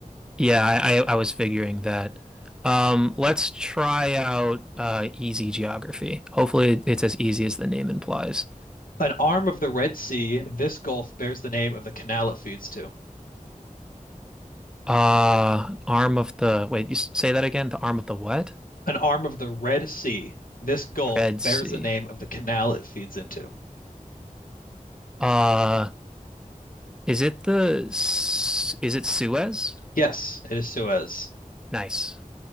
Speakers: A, in the centre; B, on the left.
A: Yeah, I I, I was figuring that. Um, let's try out uh easy geography. Hopefully it's as easy as the name implies.
B: An arm of the Red Sea, this gulf bears the name of the canal it feeds to.
A: Uh, arm of the wait, you s- say that again? The arm of the what?
B: An arm of the Red Sea, this gulf
A: Red
B: bears
A: Sea.
B: the name of the canal it feeds into.
A: Uh, is it the S- is it Suez?
B: Yes, it is Suez.
A: Nice.